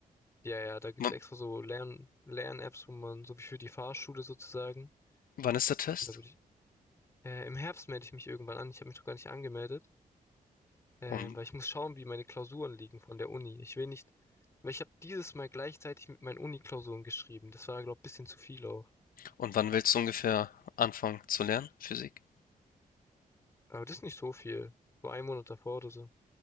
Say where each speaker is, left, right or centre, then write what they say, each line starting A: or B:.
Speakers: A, on the left; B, on the left.
A: Ja, ja, da gibt's
B: W
A: extra so Lern Lern-Apps, wo man, so wie für die Fahrschule sozusagen.
B: wann ist der Test?
A: Und da würde ich, äh, im Herbst melde ich mich irgendwann an. Ich habe mich noch gar nicht angemeldet, äh,
B: Um,
A: weil ich muss schauen, wie meine Klausuren liegen von der Uni. Ich will nicht, weil ich habe dieses Mal gleichzeitig mit meinen Uni-Klausuren geschrieben. Das war, glaube ich, ein bisschen zu viel auch.
B: und wann willst du ungefähr anfangen zu lernen, Physik?
A: Aber das ist nicht so viel. So ein Monat davor oder so.